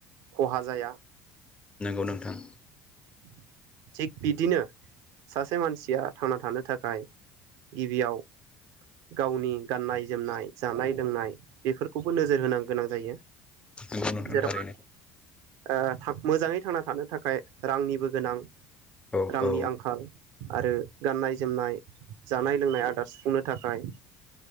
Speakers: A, on the right; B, on the left.
A: खहा जाया
B: नोंगौ नोंथां
A: <inaudible> थिग बिदिनो सासे मानसिया थांना थानो थाखाय गिबियाव गावनि गाननाय जोमनाय जानाय लोंनाय बेफोरखौबो नोजोर होनां गोनां जायो
B: नोंगौ नोंथां
A: जेराव
B: थारैनो
A: ओ थां मोजाङै थांना थानो थाखाय रांनिबो गोनां
B: औ
A: रांनि
B: औ
A: आंखाल आरो गाननाय जोमनाय जानाय लोंनाय आदार सुफुंनो थाखाय